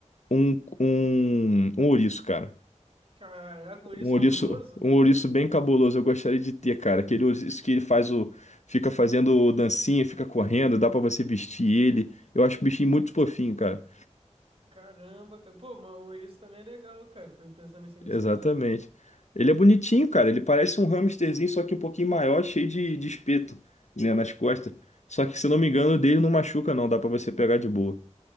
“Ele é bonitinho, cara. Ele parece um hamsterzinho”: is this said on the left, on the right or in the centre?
Left